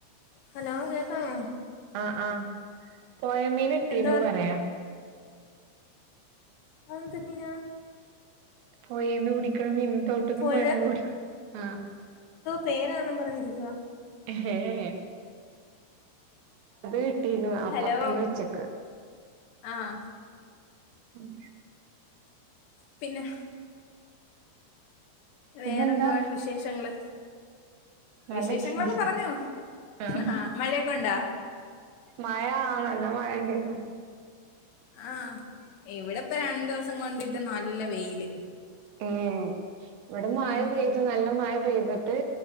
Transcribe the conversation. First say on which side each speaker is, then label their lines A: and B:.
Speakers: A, on the left (about 65°); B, on the right (about 85°).
A: ഹലോ കേകാ മോ
B: ആ ആ പോയ മീന് ഇട്ടീനു
A: എന്താ പറ
B: പറര്യ.
A: അന്തേ പിന?
B: പോയിന്ന് പിടിക്കണ മീൻ തൊട്ട്ന്നും
A: പുഴ
B: പൊയീന്നും കൂടി ആ
A: പേരാണെന്നും പറഞ്ഞിരിക്കുവ.
B: ഹ് ഹേ ഹേ. കിട്ടീനു അപ്പൊ
A: ഹലോ.
B: അയിന് ഉച്ചക്ക്
A: ആഹ.
B: ഉം
A: പിന്നെ
B: പിന്നെന്താ
A: വേറെന്തതുാണ് വിശേഷങ്ങള്.
B: നല്ല
A: വിശേഷങ്ങളൊക്കെ
B: വിശേഷം
A: പറഞ്ഞോ
B: ആഹ്
A: ആ മഴയൊക്കെണ്ടാ..
B: മഴ നല്ല മയണ്ടായിന്നു.
A: ആഹ ഇവിടെ ഇപ്പ രണ്ടു ദിവസം കൊണ്ടിട്ടുനല്ല വെയില്.
B: ഏ ഇവിടെ മഴ
A: ഉം
B: പെയ്തു നല്ല മഴ പെയ്തിട്ട്